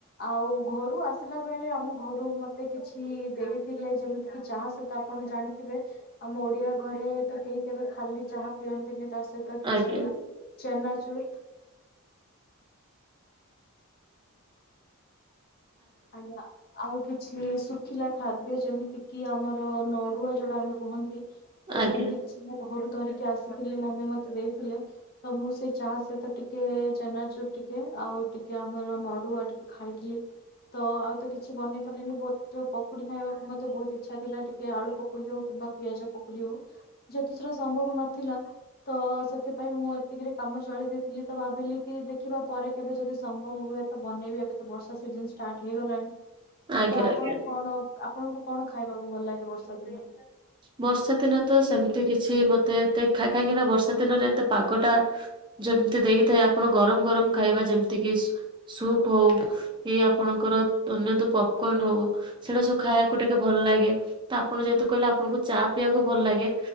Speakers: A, on the left; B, on the right.
A: ଆଉ ଘରୁ ଆସିଲା ବେଳେ ଆମ ଘରୁ ମତେ କିଛି ଦେଇଥିଲେ ଯେମିତି କିି ଚାହା ସହିତ ଆପଣ ଜାଣିଥିବେ ଆମ ଓଡିଆ ଘରେ ତ କେହି କେବେ ଖାଲି ଚାହା ପିଅନ୍ତିନି। ତା ସହିତ କିଛି
B: ଆଜ୍ଞା
A: ଚେନାଚୁର୍ ଆଜ୍ଞା। ଆଉ କିଛି ଶୁଖିଲା ଖାଦ୍ୟ ଯେମିତି କିି ଆମର ନଡୁଆ ଯୋଉଟା ଆମେ କୁହନ୍ତି। ତ
B: ଆଜ୍ଞା।
A: ସେମିତି କିଛି ମୋ ଘରୁ ଧରିକି ଆସିଥିଲି ମମି ମତେ ଦେଇଥିଲେ। ତ ମୁଁ ସେଇ ଚାହା ସହିତ ଟିକେ ଚେନାଚୂର୍ ଟିକେ ଆଉ ଟିକେ ଆମ ର ନଡୁଆ ଟିକେ ଖାଇଥିଲି। ତ ଆଉ ତ କିଛି ବନେଇ ପାରିଲିନି ବଟ୍ ପକୁଡି ଖାଇବାକୁ ମତେ ବହୁତ୍ ଇଚ୍ଛା ଥିଲା ଟିକେ ଆଳୁ ପକୁଡି ହଉ କି <unintelligible> ପିଆଜ ପକୁଡି ହଉ ଯେହେତୁ ସେରା ସମ୍ଭବ ନଥିଲା ତ ସେଥିପାଇଁ ମୁଁ ଏତିକିରେ କାମ ଚଳେଇ ଦେଇଥିଲି ତ ଭାବିଲି କି ଦେଖିବା ପରେ କେବେ ଯଦି ସମ୍ଭବ ହୁଏ ତ ବନେଇବି ଏବେ ତ ବର୍ଷା ସିଜିନ୍ ଷ୍ଟାର୍ଟ ହେଇଗଲାଣି
B: ଆଜ୍ଞା
A: ତ ଆପଣ
B: ଆଜ୍ଞା
A: କଣ ଆପଣଙ୍କୁ କଣ ଖାଇବାକୁ ଭଲ ଲାଗେ ବର୍ଷା ଦିନରେ?
B: ବର୍ଷା ଦିନେ ତ ସେମିତି କିଛି ମତେ ଏତେ ଖା କାହିଁକି ନା ବର୍ଷା ଦିନରେ ଏତେ ପାଗଟା ଯେମ୍ତି ଦେଇଥାଏ ଆପଣ ଗରମ୍ ଗରମ୍ ଖାଇବା ଯେମ୍ତି କିି ସୁପ୍ ହଉ ଏ ଆପଣଙ୍କର <unintelligible> ତ ପପ୍ କର୍ଣ୍ଣ ହଉ। ସେଇଟା ସବୁ ଖାଇଆକୁ ଟିକେ ଭଲ ଲାଗେ ତ ଆପଣ ଯେହେତୁ କହିଲେ ଆପଣଙ୍କୁ ଚା ପିଇବାକୁ ଭଲ ଲାଗେ।